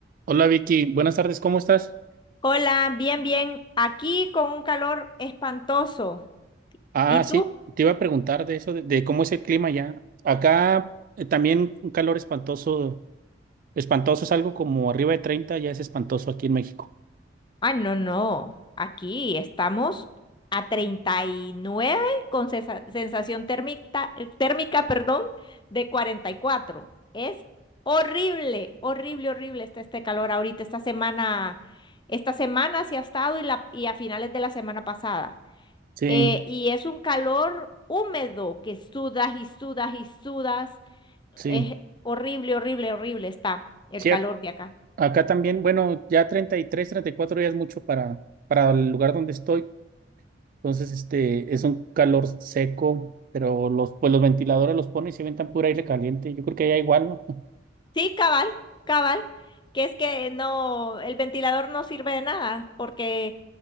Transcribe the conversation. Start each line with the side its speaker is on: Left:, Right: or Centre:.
Right: Hola Vicky, buenas tardes, ¿cómo estás?
Left: Hola, bien, bien. Aquí con un calor espantoso.
Right: Ah,
Left: ¿Y
Right: sí,
Left: tú?
Right: te iba a preguntar de eso, de, de cómo es el clima ya. Acá eh, también un calor espantoso, espantoso es algo como arriba de 30 ya es espantoso aquí en México.
Left: Ah, no, no. Aquí estamos a 39 con sesa- sensación térmica, eh, térmica, perdón, de 44. Es horrible, horrible, horrible está este calor ahorita, esta semana, esta semana sí ha estado y, la, y a finales de la semana pasada.
Right: Sí,
Left: Eh, y es un calor húmedo que sudas y sudas y sudas.
Right: sí,
Left: Es horrible, horrible, horrible está el
Right: sí,
Left: calor
Right: ac-
Left: de acá.
Right: acá también, bueno, ya treinta treinta y tres, treinta y cuatro ya es mucho para, para el lugar donde estoy. Entonces, este, es un calor seco, pero los, pues los ventiladores los ponen y se ventan pura aire caliente. Yo creo que allá igual, ¿no? <laughs>
Left: Sí, cabal, cabal, que es que no, el ventilador no sirve de nada, porque